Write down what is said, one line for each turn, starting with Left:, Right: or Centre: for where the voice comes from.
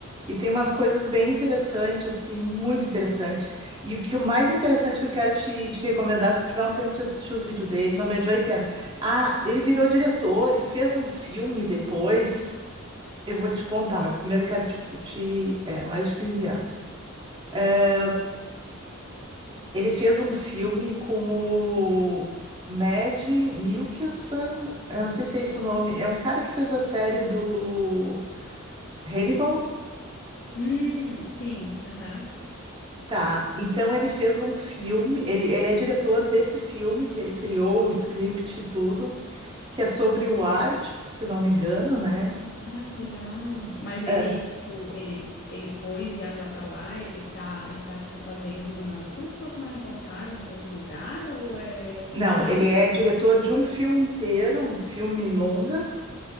Right: E tem umas coisas bem interessantes, assim, muito interessante. E o que o mais interessante que eu quero te, te recomendar, se tu tiver um tempo de assistir os vídeos dele, não me adiou e pena. Ah, ele virou diretor e fez um filme depois. Eu vou te contar, mas primeiro eu quero te, te- é, mais de 15 anos. É, ele fez um filme com o Mad Mikkelsen, eu não sei se é esse o nome, é um cara que fez a série do Hannibal?
Left: Hum, sim, aham.
Right: Tá. Então ele fez um filme, ele, ele é diretor desse filme que ele criou o script e tudo, que é sobre o Ártico, se não me engano, né?
Left: Ai, que legal. Mas ele,
Right: É.
Left: tipo, ele, ele foi viajar pra lá, ele tá, ele tá, tipo, fazendo uma, como se fosse uma reportagem falando do lugar, ou é
Right: Não,
Left: mais
Right: ele é
Left: sobre...
Right: diretor de um filme inteiro, um filme longa,